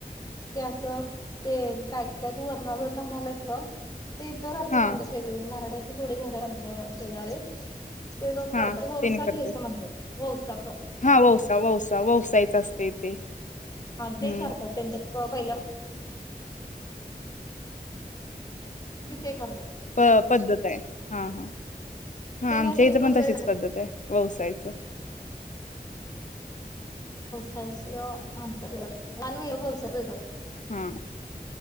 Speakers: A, on the left (about 25°); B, on the left (about 50°).
A: ते असं ते काय काय तू वरणागरला म्हणालाच ग ते इथं करतो
B: हा
A: पांच्या शेगरी मराठी थोडी घर आहे आमच्या शेजारी वसा
B: हा तेनी करत्यात.
A: घ्या म्हणतात वसा
B: हा वौसा वौसा वौसायच असते ते
A: ते
B: हम्म
A: करतात त्यांच्या पहिला ते खर्च
B: प पद्धत आहे हा हा हा
A: त्याने
B: आमच्या
A: असं
B: इथं
A: भेट
B: पण
A: वगैरे
B: तशीच
A: नसतं.
B: पद्धत आहे व्यवसायाच
A: व
B: हा